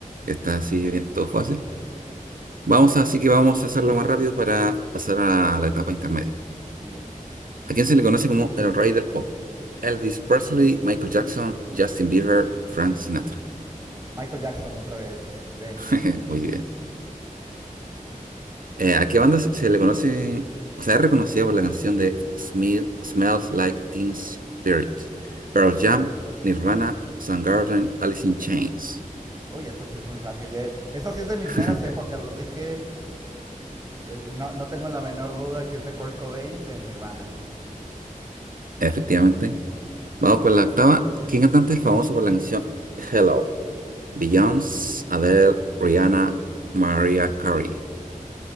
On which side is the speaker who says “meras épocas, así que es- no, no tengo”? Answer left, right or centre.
Right